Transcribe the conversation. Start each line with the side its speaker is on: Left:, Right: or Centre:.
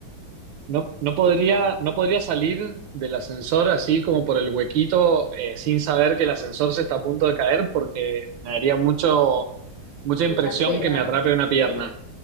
Right: No, no podría, no podría salir del ascensor así como por el huequito eh, sin saber que el ascensor se está a punto de caer porque me daría mucho, mucha
Left: mucha
Right: impresión
Left: ansiedad,
Right: que me atrape una
Left: sí.
Right: pierna.